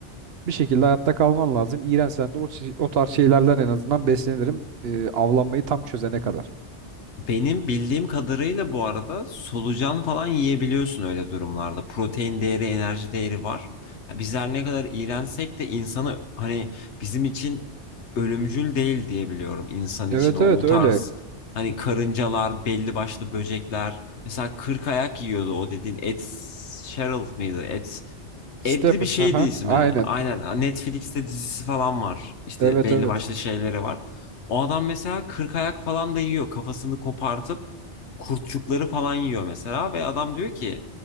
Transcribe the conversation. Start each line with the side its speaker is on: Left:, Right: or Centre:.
Right: bir şekilde hayatta kalman lazım. İğrensen de o, çe- o tarz şeylerden en azından beslenirim. e, avlanmayı tam çözene kadar.
Left: Benim bildiğim kadarıyla bu arada solucan falan yiyebiliyorsun öyle durumlarda. Protein değeri, enerji değeri var. Ya Bizler ne kadar iğrensek de insanı hani bizim için ölümcül değil diye biliyorum insan için
Right: Evet
Left: o,
Right: evet
Left: o
Right: öyle.
Left: tarz hani karıncalar, belli başlı böcekler. Mesela kırk ayak yiyordu o dediğin Ed Sheeran mıydı? Ed
Right: Stafford.
Left: Edli bir şeydi
Right: Aha,
Left: ismi.
Right: aynen.
Left: Aynen.
Right: <laughs>
Left: Netflix'te dizisi falan var. İşte
Right: Evet
Left: belli
Right: evet.
Left: başlı şeyleri var. O adam mesela 40 ayak falan da yiyor kafasını kopartıp kurtçukları falan yiyor mesela ve adam diyor ki